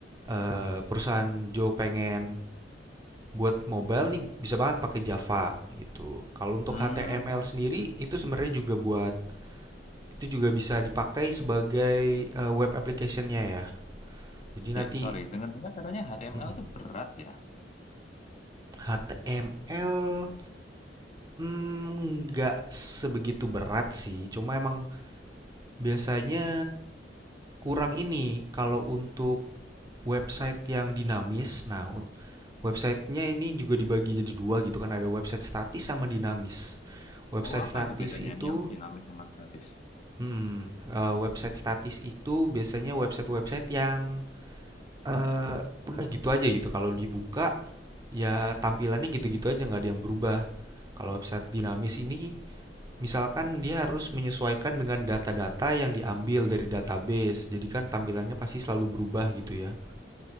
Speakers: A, on the right (about 20°); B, on the left (about 35°).
A: eh, perusahaan Joe pengen buat mobile nih bisa banget pakai Java gitu. Kalau untuk
B: Hmm,
A: HTML sendiri itu sebenarnya juga buat itu juga bisa dipakai sebagai eh, web application-nya ya. Jadi nanti
B: eh, sorry. Dengar-dengar katanya HTML
A: mm,
B: itu berat ya.
A: HTML mm, nggak mm, sebegitu berat sih. Cuma emang biasanya kurang ini kalau untuk website yang dinamis. Nah, websitenya ini juga dibagi jadi dua gitu kan. Ada website statis sama dinamis. Website
B: Oh, apa
A: statis
B: itu bedanya
A: itu,
B: yang dinamis sama statis?
A: hmm, eh, website statis itu biasanya website-website yang eh, udah gitu aja gitu. Kalau dibuka ya tampilannya gitu-gitu aja nggak ada yang berubah. Kalau website dinamis ini misalkan dia harus menyesuaikan dengan data-data yang diambil dari database. Jadi kan tampilannya pasti selalu berubah gitu ya.